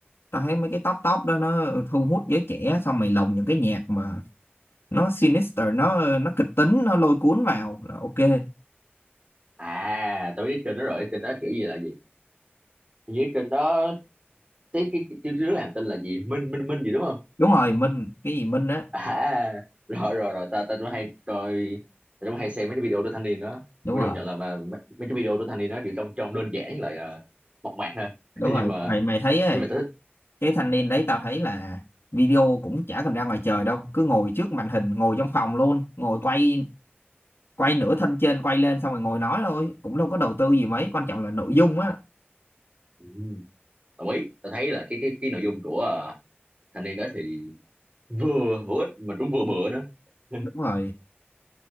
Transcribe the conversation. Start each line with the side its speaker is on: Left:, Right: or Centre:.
Left: tao thấy mấy cái top top đó nó thu hút giới trẻ xong mày lồng những cái nhạc mà nó sinister nó nó kịch tính nó lôi cuốn vào là ok
Right: à tao biết cái kênh đó rồi cái kênh đó kiểu gì là gì Hình như cái kênh đó cái cái, cái, cái đứa làm tên là gì Minh Minh Minh gì đúng không
Left: đúng rồi Minh cái gì Minh á
Right: à rồi rồi rồi ta ta cũng hay coi ta cũng hay xem mấy cái video của thanh niên đó
Left: đúng
Right: tôi
Left: rồi
Right: công nhận là mà mấy, mấy cái video của thanh niên đó chỉ trông trông đơn giản với lại ờ, mộc mạc thôi
Left: đúng
Right: <laughs> nhưng
Left: rồi
Right: mà
Left: mày mày thấy ấy,
Right: nhưng mà ta thích
Left: cái thanh niên đấy tao thấy là video cũng chả cần ra ngoài trời đâu cứ ngồi trước màn hình ngồi trong phòng luôn ngồi quay quay nửa thân trên quay lên xong rồi ngồi nói thôi cũng đâu có đầu tư gì mấy quan trọng là nội dung
Right: Ờ,
Left: á
Right: ừ, đồng ý ta thấy là cái cái cái nội dung của ờ, thanh niên đó thì vừa hữu ích mà cũng vừa bựa nữa <laughs>
Left: đúng rồi